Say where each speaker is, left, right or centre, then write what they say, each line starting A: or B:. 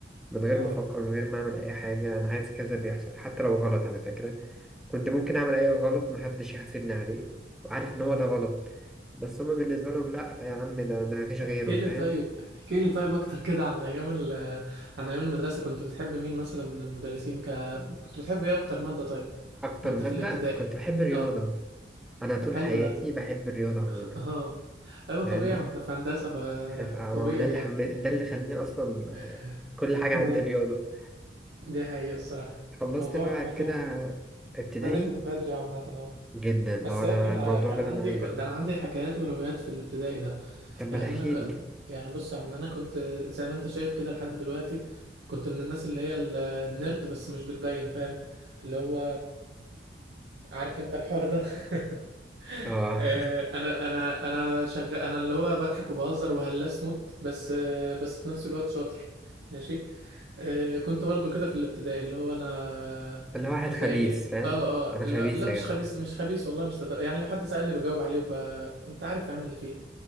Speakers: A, in the centre; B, on the right.
A: من غير
B: اه
A: ما افكر من غير ما اعمل اي حاجه انا عايز كذا بيحصل حتى لو غلط على فكره كنت ممكن اعمل اي غلط محدش يحاسبني عليه وعارف ان
B: اه
A: هو ده غلط بس هما بالنسبه لهم لا يا عم ده ده مفيش
B: تحكي
A: غيره
B: لي
A: فاهم
B: طيب احكي لي طيب اكتر كده عن ايام ال عن ايام المدرسة كنت بتحب مين مثلا من المدرسين ك كنت بتحب ايه اكتر مادة طيب
A: اكتر
B: وانت
A: ماده
B: في الابتدائي
A: كنت بحب الرياضه
B: اه
A: انا
B: طب
A: طول
B: حلو
A: حياتي
B: ده
A: بحب الرياضه عموما
B: <laughs> اه ايوه
A: فاهمني
B: طبيعي ما احنا في هندسة فطبيعي
A: عارف، آه، ما هو ده اللي
B: يعني
A: حم... ده اللي خلاني اصلا آه،
B: <laughs>
A: كل حاجه
B: اه
A: عندي رياضه
B: دي حقيقة الصراحة
A: خلصت
B: الموضوع
A: بقى
B: الموضوع
A: كده ابتدائي
B: بادئ من بدري عامة اه
A: جدا
B: بس
A: اه
B: يا
A: انا
B: اخي انا
A: الموضوع
B: كان
A: بدأ
B: عندي
A: معايا من
B: ده
A: بدري
B: انا عندي حكايات وروايات في الابتدائي ده
A: طب ما
B: يعني
A: تحكيلي
B: انا كان يعني بص يا عم انا كنت زي ما انت شايف كده لحد دلوقتي كنت من الناس اللي هي ال- النيرد بس مش بتبين فاهم اللي هو عارف انت الحوار ده <laughs>
A: اه
B: آه، انا انا انا شغال انا اللي هو بضحك وبهزر وهلاس موت بس آه، بس في نفس الوقت شاطر ماشي آه، كنت برضو كده في الابتدائي اللي هو انا
A: <laughs> انا واحد
B: بتلاقيني
A: خبيث فاهم
B: اه اه
A: انا
B: لا,
A: خبيث
B: لا مش
A: يا جدع
B: خبيث مش خبيث والله مش لدر... يعني لو حد سألني بجاوب عليه وب... انت عارف يا عم اللي فيها